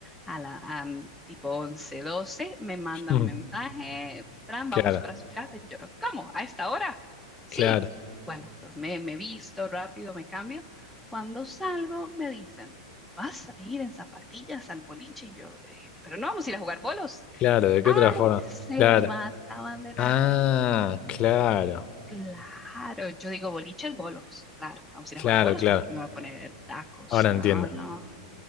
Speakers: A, in the centre; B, on the left.
A: A la a, mm, tipo 11 12 me manda
B: Mm,
A: un mensaje, Fran,
B: claro,
A: vamos para su casa. Y Yo, ¿cómo? ¿A esta hora? Sí.
B: claro,
A: Bueno, entonces me, me visto rápido, me cambio. Cuando salgo, me dicen, vas a ir en zapatillas al boliche. Y yo, "Eh, pero no vamos a ir a jugar bolos.
B: claro. ¿De qué
A: Ay,
B: otra forma?
A: se
B: Claro.
A: mataban de la
B: Ah,
A: risa.
B: claro,
A: Claro, yo digo boliches, bolos. Claro, vamos a
B: claro,
A: ir a jugar bolos
B: claro.
A: para que me voy a poner tacos.
B: Ahora
A: No,
B: entiendo.
A: no.